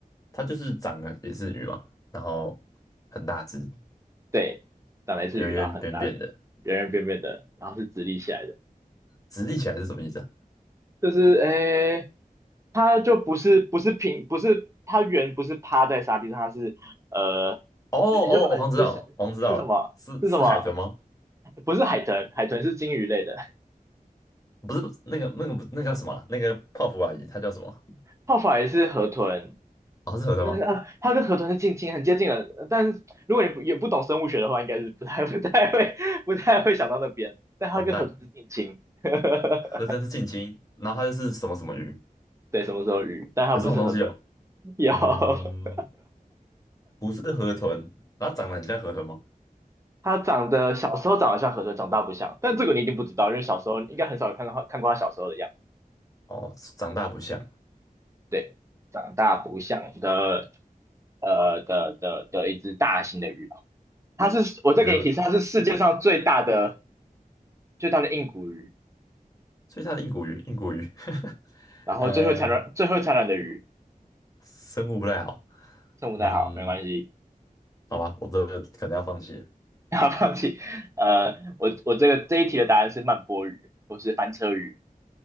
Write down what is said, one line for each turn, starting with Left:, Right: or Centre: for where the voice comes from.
Left: 它就是长的也是鱼嘛，然后很大只，
Right: 对，长得是鱼，
Left: 圆圆扁扁的，
Right: 然后很大，的，圆圆扁扁的，然后是直立起来的，
Left: 直立起来是什么意思啊？
Right: 就是诶，它就不是不是平，不是它圆，不是趴在沙地上，它是呃，
Left: 哦哦，哦我好像知道，
Right: 也就把就想是什么是什么？
Left: 我好像知道了，是是海豚吗？
Right: 不是海豚，海豚是鲸鱼类的，
Left: 不是，不是那个那个不那叫什么啊那个泡芙阿姨，她叫什么？
Right: 泡法也是河豚，
Left: 哦，是河豚吗？
Right: 但是啊，它跟河豚是近亲，很接近的。但是如果你不也不懂生物学的话，应该是不太 <laughs> 不太会不太会想到那边。但它跟河豚是近亲，
Left: 完蛋，
Right: <laughs>
Left: 河豚是近亲，然后它就是什么什么鱼，
Right: 对，什么时候鱼？但它不是河豚，
Left: 有这种东西哦。
Right: 有，
Left: 嗯，
Right: <laughs>
Left: 不是河豚，它长得很像河豚吗？
Right: 它长得小时候长得像河豚，长大不像。但这个你一定不知道，因为小时候应该很少看到看过它小时候的样子。
Left: 哦，长大不像，
Right: 对，长大不像的，呃的的的一只大型的鱼。它是，我再给你提示，
Left: 我觉得，
Right: 它是世界上最大的最大的硬骨鱼，
Left: 所以它的硬骨鱼，硬骨鱼，<laughs>
Right: 然后最会产卵最会产卵的鱼。
Left: 呃，生物不太好。
Right: 称呼太好，
Left: 嗯，
Right: 没关系，
Left: 好吧，我这个可能要放弃了。
Right: <laughs> 不要放弃。呃，我我这个这一题的答案是慢波鱼，不是翻车鱼。